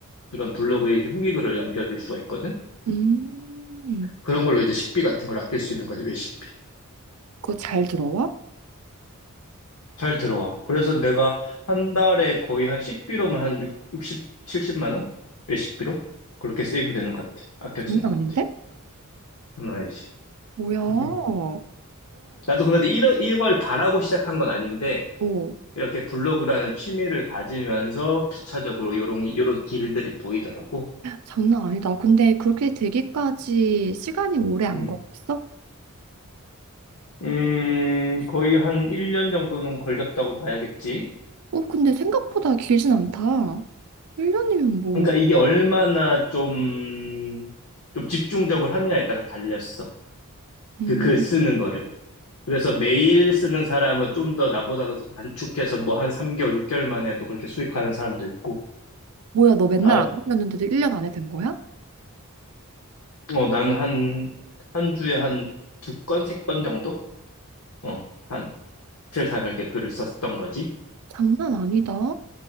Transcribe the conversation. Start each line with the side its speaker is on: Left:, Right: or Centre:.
Left: 그런 블로그에 이렇게 후기글을 남겨줄 수가 있거든?
Right: 음,
Left: 그런 걸로 이제 식비 같은 걸 아낄 수 있는 거지, 외식비.
Right: 그거 잘 들어와?
Left: 잘 들어와. 그래서 내가 한 달에 거의 한 식비로만 한 6, 60, 70만 원? 외식비로? 그렇게 세이브 되는 것 같아. 아껴지는
Right: 장난
Left: 것
Right: 아닌데?
Left: 같아. 장난 아니지.
Right: 뭐야? 오,
Left: <laughs> 나도 근데 이러, 이걸 바라고 시작한 건 아닌데,
Right: 오,
Left: 이렇게 블로그라는 취미를 가지면서 부차적으로 요런, 요런 길들이 보이더라고.
Right: 장난 아니다. 근데 그렇게 되기까지 시간이 오래 안
Left: 음.
Right: 걸렸어?
Left: 음, 거의 한 1년 정도는 걸렸다고 봐야겠지.
Right: 오, 근데 생각보다 길진 않다. 1년이면 뭐,
Left: 그러니까 이게 얼마나 좀, 좀 집중적으로 하느냐에 따라 달렸어.
Right: 음,
Left: 그 글 쓰는 거를. 그래서 매일 쓰는 사람은 좀 더 나보다도 더 단축해서 뭐 한 3개월, 6개월 만에도 그렇게 수익하는 사람도 있고,
Right: 뭐야, 너 맨날
Left: 나,
Right: 안 올렸는데도 1년 안에 된 거야?
Left: 어, 난는 한, 한 주에 한 두 건, 세 건 정도? 어, 한 이틀, 삼일 이렇게 글을 썼던 거지.
Right: 장난 아니다.